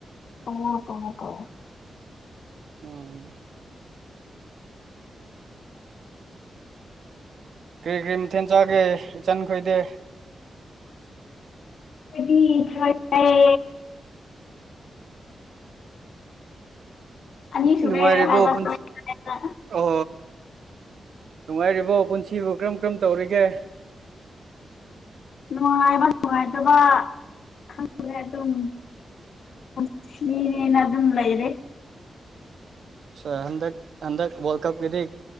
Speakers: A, on the left; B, on the right.
A: ꯀꯉ ꯀꯣ ꯀꯣ
B: ꯑꯣꯝ ꯀꯔꯤ ꯀꯔꯤ ꯃꯊꯦꯟ ꯆꯥꯒꯦ ꯏꯆꯟ ꯈꯣꯏꯗꯦ
A: ꯑꯩꯈꯣꯏꯗꯤ ꯈꯔ ꯌꯥ ꯑꯅꯤ ꯁꯨꯔꯦ
B: ꯅꯨꯡꯉꯥꯏꯔꯤꯕꯣ
A: ꯍꯥꯏꯕ
B: ꯄꯨ
A: ꯊꯔꯣꯏ ꯆꯥꯏꯕ
B: ꯑꯣ ꯅꯨꯡꯉꯥꯏꯔꯤꯕꯣ ꯄꯨꯟꯁꯤꯕꯨ ꯀꯔꯝ ꯀꯔꯝ ꯇꯧꯔꯤꯒꯦ
A: ꯅꯨꯡꯉꯥꯏꯕ ꯅꯨꯡꯉꯥꯏꯇꯕꯥ ꯈꯪꯗ꯭ꯔꯦ ꯑꯗꯨꯝ <unintelligible> ꯑꯗꯨ ꯂꯩꯥꯏꯔꯦ
B: ꯁꯥ ꯍꯟꯗꯛ ꯍꯟꯗꯛ ꯋꯥꯔꯜꯗ ꯀꯞꯀꯤꯗꯤ